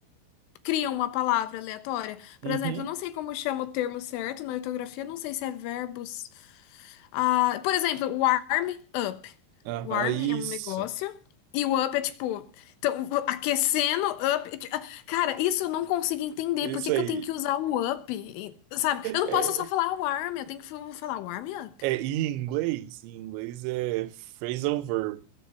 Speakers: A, on the left (about 75°); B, on the right (about 75°).
A: criam uma palavra aleatória.
B: Uhum,
A: Por exemplo, eu não sei como chama o termo certo na ortografia, não sei se é verbos. Ah, por exemplo, warm up.
B: aham,
A: Warm
B: isso,
A: é um negócio. E o up é tipo, então, aquecendo, up. Ah, Cara, isso eu não consigo entender.
B: isso
A: Por que que
B: aí.
A: eu tenho que usar o up? E, Sabe? Eu não
B: É,
A: posso só falar warm, eu tenho que fa- falar warm up.
B: é, e em inglês, em inglês é phrasal verb,